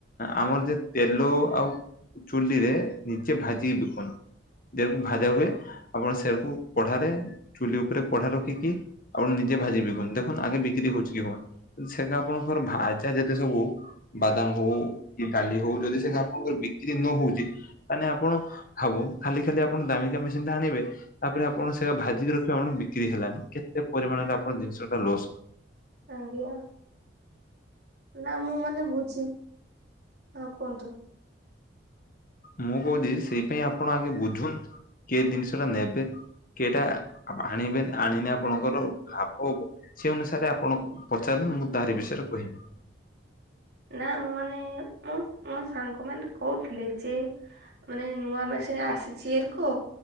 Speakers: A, on the left; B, on the right.
A: ଆମର ଯେତେ ତେଲ ଆଉ ଚୁଲିରେ ନିଜେ ଭାଜି କି ବିକନ୍ତୁ। ଦେକୁ ଭାଜା ହୁଏ, ଆପଣ ସେକୁ କଢାରେ ଚୁଲି ଉପରେ କଢା ରଖିକି ଆପଣ ନି ଭାଜି ଦେଖନ୍ତୁ, ଆଗେ ବିକ୍ରି ହଉଛି କି ହଉନି। ସେଟା ଆପଣଙ୍କର ଭାଜା ଯେତେ ସବୁ ବାଦାମ ହଉ କି ଡାଲି ହଉ ଯଦି ସେ ଆପଣଙ୍କର ବିକ୍ରି ନ ହଉଚି ତାହାଲେ ଆପଣ ହାବୁ ଖାଲି ଖାଲି ଆପଣ ଦାମିକା ମେସିନ୍ ଟା ଆଣିବେ ତାପରେ ଆପଣ ସେଇଟା ଭାଜିକି ରଖିବେ। ବିକ୍ରି ହେଲାନି, କେତେ ପରିମାଣରେ ଆପଣ ଜିନିଷଟା ଲସ।
B: ଆଜ୍ଞା ଆଜ୍ଞା। ନା ମୁଁ ମାନେ ବୁଝି, ହଉ କୁହନ୍ତୁ।
A: ମୁଁ କହୁଚି ସେଇପାଇଁ ଆପଣ ଆଗେ ବୁଝନ୍ତୁ କି ଏ ଦିନିଷଟା ନେବେ? କେଟା, ଆପ୍ ଆଣିବେ ନା ଆଣିନେ ଆପଣଙ୍କର, ଲାଭ ହବ, ସେ ଅନୁସାରେ ଆପଣଙ୍କ ପଚାର ମୁଁ ତାରି ବିଷୟରେ କହିବି।
B: ନା, ମୁଁ ମାନେ ଏ, ମୁଁ ମୋ ସାଙ୍ଗ ମାନ କହୁଥିଲେ ଯେ, ମାନେ ନୂଆ ମେସିନ୍ ଆସ ଯେର୍ ଙ୍କ,